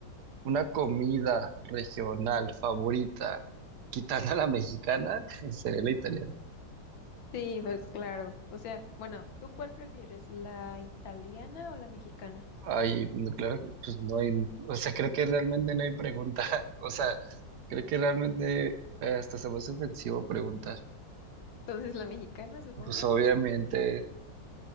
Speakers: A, on the right; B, on the left.
A: una comida regional favorita, quitando a la mexicana, <laughs> sería la italiana.
B: Sí, pues claro. O sea, bueno, ¿tú cuál prefieres, la italiana o la mexicana?
A: Ay, no, claro que pues no hay, o sea, creo que realmente no hay pregunta. <laughs> O sea, creo que realmente eh, hasta se me hace ofensivo preguntar.
B: Entonces, la mexicana, supongo,
A: Pues obviamente.